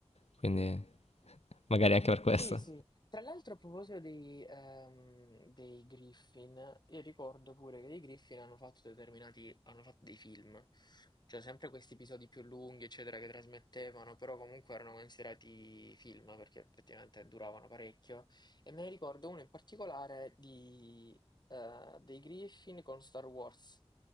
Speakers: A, on the left; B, on the left.
A: quindi <laughs> magari anche per questo.
B: Sì, sì. Tra l'altro a proposito dei, ehm, dei Griffin, io ricordo pure che dei Griffin hanno fatto determinati, hanno fatto dei film, cioè sempre questi episodi più lunghi, eccetera, che trasmettevano, però comunque erano considerati film perché effettivamente duravano parecchio. E me ne ricordo uno in particolare di, eh, dei Griffin con Star Wars,